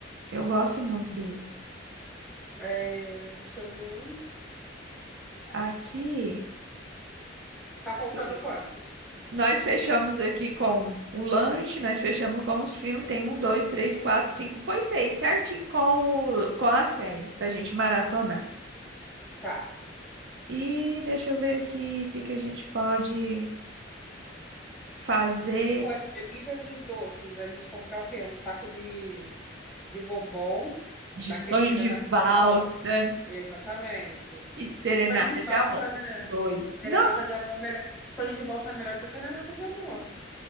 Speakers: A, on the right (about 65°); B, in the centre.
A: Eu gosto muito dele.
B: É, deixa eu ver um.
A: Aqui,
B: Tá faltando
A: deixa eu ver.
B: quantos?
A: nós fechamos aqui com o lanche, nós fechamos com os filmes. Tem um, dois, três, quatro, cinco. Foi seis, certinho com, o, com as séries pra gente maratonar.
B: Tá.
A: E deixa eu ver aqui o que que a gente pode fazer
B: Com as bebidas e os doces, a gente comprar o quê? Um saco de, de bombom,
A: de
B: daquele
A: sonho
B: serenata
A: de valsa
B: de amor? Exatamente.
A: e serenata
B: Sonho de valsa,
A: de amor.
B: né?
A: Os dois.
B: Serenata
A: Não,
B: de amor é melhor. Sonho de valsa é melhor que serenata de amor.